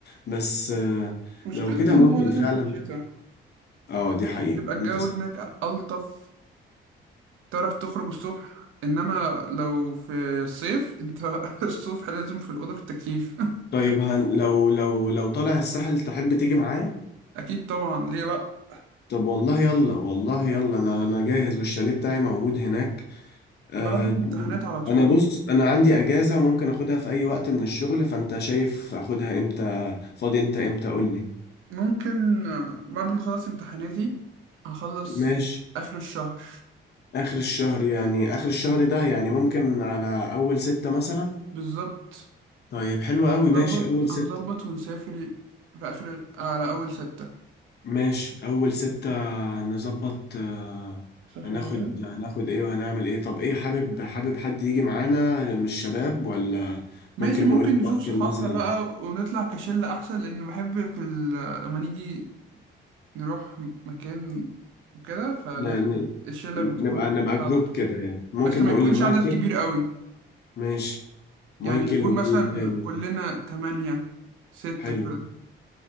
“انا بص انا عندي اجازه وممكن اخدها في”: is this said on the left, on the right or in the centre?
Left